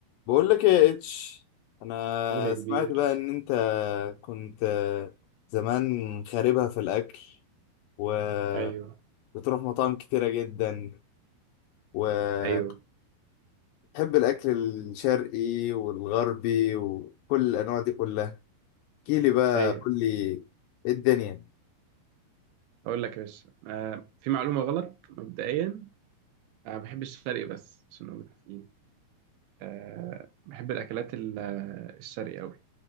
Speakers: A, on the left; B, on the right.
A: بقول لك ايه يا اتش انا
B: قول يا كبير
A: سمعت بقى ان انت كنت زمان خاربها في الاكل وبتروح
B: ايوه
A: مطاعم كتيرة جدا وبتحب
B: ايوه
A: الاكل الشرقي والغربي وكل الانواع دي كلها احكيلي بقى
B: ايوه
A: قول لي ايه الدنيا
B: اقول لك يا باشا آه في معلومه غلط مبدئيا انا ما بحبش الشرقي بس عشان نبقى متفقين آه بحب الاكلات ال- آه، الشرقي قوي